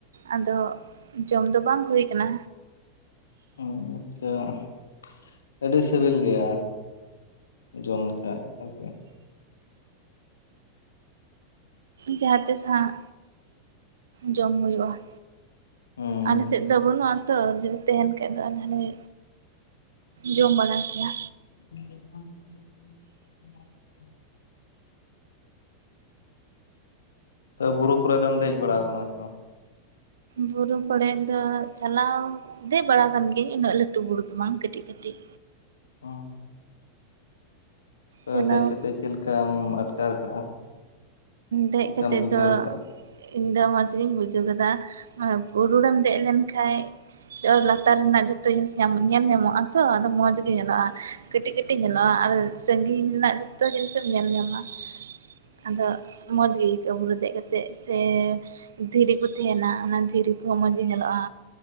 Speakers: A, on the right (about 65°); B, on the left (about 70°).
A: ᱟᱫᱚ ᱡᱚᱢ ᱫᱚ ᱵᱟᱝ ᱦᱩᱭ ᱟᱠᱟᱱᱟ᱾
B: <unintelligible> ᱟᱹᱰᱤ ᱥᱤᱵᱤᱞ ᱜᱮᱭᱟ ᱡᱚᱢ ᱞᱮᱠᱷᱟᱡ ᱟᱨᱠᱤ
A: ᱡᱟᱦᱟᱸᱛᱤᱥ ᱦᱟᱸᱜ ᱡᱚᱢ ᱦᱩᱭᱩᱜᱼᱟ᱾
B: ᱦᱩᱸ
A: ᱟᱞᱮ ᱥᱮᱫ ᱫᱚ ᱵᱟᱹᱱᱩᱜ ᱟᱛᱚ ᱡᱩᱫᱤ ᱛᱟᱦᱮᱱ ᱠᱷᱟᱡ ᱫᱚ ᱟᱞᱮ ᱦᱟᱱᱮ ᱡᱚᱢ ᱵᱟᱲᱟ ᱜᱮᱭᱟ
B: ᱦ <inaudible> ᱟᱯᱮ ᱵᱩᱨᱩ ᱠᱚᱨᱮ ᱫᱚᱢ ᱫᱮᱡ ᱵᱟᱲᱟ ᱟᱠᱟᱱᱟ ᱥᱮ ᱵᱟᱝ
A: ᱵᱩᱨᱩ ᱠᱚᱨᱮ ᱫᱚ ᱪᱟᱞᱟᱣ ᱫᱮᱡᱽ ᱵᱟᱲᱟ ᱠᱟᱱ ᱜᱤᱭᱟᱹᱧ ᱩᱱᱟᱹᱜ ᱞᱟᱹᱴᱩ ᱵᱩᱨᱩ ᱫᱚ ᱵᱟᱝ ᱠᱟᱹᱴᱤᱡ ᱠᱟᱹᱴᱤᱡ
B: ᱚ ᱛᱚ
A: ᱪᱟᱞᱟᱣ
B: ᱫᱮᱡᱽ ᱠᱟᱛᱮᱫ ᱪᱮᱫ ᱞᱮᱠᱟᱢ ᱟᱴᱠᱟᱨ ᱠᱟᱜᱼᱟ᱾
A: ᱫᱮᱡ
B: ᱪᱮᱫ ᱞᱮᱠᱟᱢ
A: ᱠᱟᱛᱮᱫ
B: ᱵᱩᱡᱷᱟᱹᱣ
A: ᱫᱚ
B: ᱠᱟᱜᱼᱟ?
A: ᱤᱧᱫᱚ ᱢᱚᱸᱡᱽ ᱜᱤᱧ ᱵᱩᱡᱷᱟᱹᱣ ᱠᱮᱫᱟ ᱵᱩᱨᱩᱨᱮᱢ ᱫᱮᱡ ᱞᱮᱱ ᱠᱷᱟᱡ ᱡᱚ ᱞᱟᱛᱟᱨ ᱨᱮᱱᱟᱜ ᱡᱚᱛᱚ ᱡᱤᱱᱤᱥ ᱧᱟᱢ
B: ᱦᱩᱸ
A: ᱧᱮᱞ ᱧᱟᱢᱚᱜᱼᱟ᱾ ᱛᱚ ᱟᱫᱚ ᱢᱚᱡᱽ ᱜᱮ ᱧᱮᱞᱚᱜᱼᱟ ᱠᱟᱹᱴᱤᱡ ᱠᱟᱹᱴᱤᱡ ᱧᱮᱞᱚᱜᱼᱟ ᱟᱨ ᱥᱟᱺᱜᱤᱧ ᱨᱮᱱᱟᱜ ᱡᱚᱛᱚ ᱡᱤᱱᱤᱥ ᱮᱢ ᱧᱮᱞ ᱧᱟᱢᱟ ᱟᱫᱚ ᱢᱚᱡᱽ ᱜᱮ ᱟᱹᱭᱠᱟᱹᱣ ᱵᱩᱨᱩ ᱨᱮ ᱫᱮᱡ ᱠᱟᱛᱮ ᱥᱮ? ᱫᱷᱤᱨᱤ ᱠᱚ ᱛᱟᱦᱮᱱᱟ ᱚᱱᱟ ᱫᱷᱤᱨᱤ ᱠᱚᱦᱚᱸ ᱢᱚᱸᱡᱽ ᱜᱮ ᱧᱮᱞᱚᱜᱼᱟ